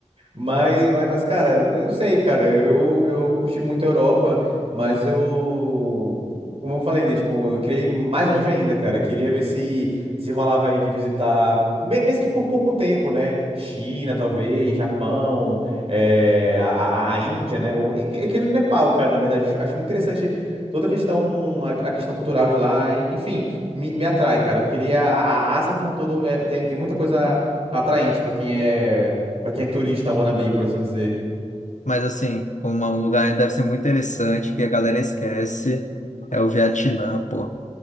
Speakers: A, on the right; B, on the left.
A: Mas, mas, cara, eu não sei, cara. Eu, eu curti muito a Europa, mas eu, como eu falei, né? Tipo, eu queria ir mais longe ainda, cara. Queria ver se se rolava aí de visitar, me- mesmo que por pouco tempo, né? China, talvez, Japão, eh, a, a a Índia, né? O, eu queria ir no Nepal, cara, na verdade. Acho, acho muito interessante toda a questão, a, a questão cultural de lá. en- Enfim, me, me atrai, cara. Eu queria. A, a Ásia como um todo eh, tem, tem muita coisa atraente para quem é. Pra quem é turista, wannabe, por assim dizer.
B: <laughs> Mas assim, uma- um lugar deve ser muito interessante que a galera esquece é o Vietnã, pô.